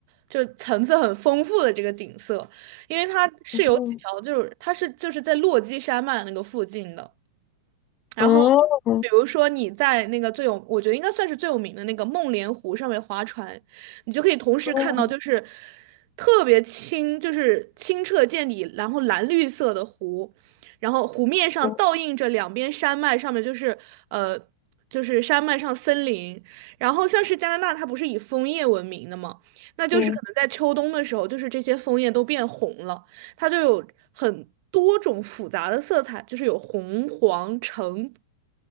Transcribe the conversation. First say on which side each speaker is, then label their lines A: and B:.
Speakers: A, on the right; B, on the left.
A: 就层次很丰富的这个景色，因为它是有几条，
B: 嗯，
A: 就是它是就是在落基山脉那个附近的。然后，
B: 哦
A: 比如说你在那个最有，我觉得应该算是最有名的那个梦莲湖上面划船，你就可以同时看到就是
B: 哦
A: 特别清，就是清澈见底，然后蓝绿色的湖，然后湖面上倒映着两边山脉，
B: 哦，
A: 上面就是呃就是山脉上森林，然后像是加拿大，它不是以枫叶闻名的吗？那就是可能在秋冬的时候，
B: 对，
A: 就是这些枫叶都变红了。它就有很多种复杂的色彩，就是有红、黄、橙，